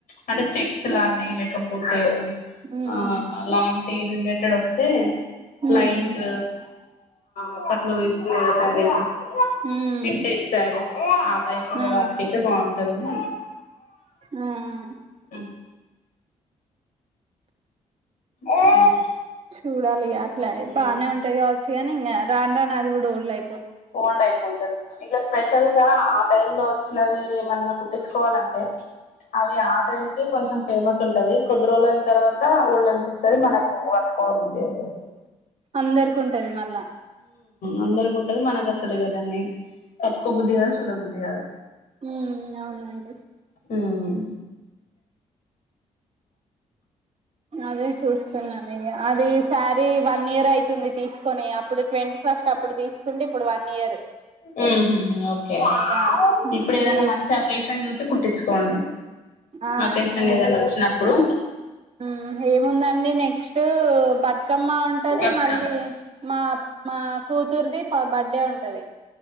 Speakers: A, on the left; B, on the right.
A: అంటే చెక్స్ లాంటివి లేకపోతే
B: ఉమ్
A: ఆ అల రిలేటెడ్ వస్తే
B: ఉమ్
A: లైన్స్ట్ అప్పట్లో లేదా శారీస్
B: ఉమ్
A: వింటేజ్ శారీస్ ఆ టైప్
B: ఆ
A: యితే బాగుంటదని
B: ఆ
A: <unintelligible> ఉమ్
B: చూడాలి అట్ల
A: ఉమ్
B: బానే ఉంటాయి కావచ్చు కానీ ఇంకా రాని రాని అది కూడ ఓల్డ్ అయి
A: ఫోల్డ్ అయిపోతది ఇట్లా స్పెషల్ గా ఆ టైమ్ లో వచ్చినవి ఏమన్నా కుట్టించుకోవాలంటే అవి ఆ టైమ్ కి కొంచెం ఫేమస్ ఉంటది కొద్ది రోజులుయిన తర్వాత వాళ్ళు అనిపిస్తుంది మనకు పట్టుకోవాలి బుద్ధిదసలు
B: అందరికి ఉంటది మళ్ళా
A: అందరికి ఉంటది మనకు అసలు కదాన్ని తట్కోబుద్ధి కాదు చూడ బుద్ది కాదు
B: హ్మ్ అవునండి
A: హ్మ్
B: అదే చూస్తున్నా మీగ అది శారీ వన్ ఇయర్ అయితుంది తీసుకొని అప్పుడు ట్వంటీ ఫస్ట్ అప్పుడు తీసుకుంటే ఇప్పుడు వన్ ఇయర్
A: హమ్ హు ఓకే
B: ఇగ
A: ఇప్పుడు ఏదనా
B: ఈ
A: మంచి ఒకేషన్ చూసి కుట్టించుకోండి
B: ఆ
A: అకాషన్ ఏదైనా వచ్చినప్పుడు
B: హ్మ్ ఏముందండి నెక్స్ట్ బతుకమ్మ ఉంటది
A: బతుక
B: మళ్ళీ మా మా కూతుర్ది బర్త్డే ఉంటది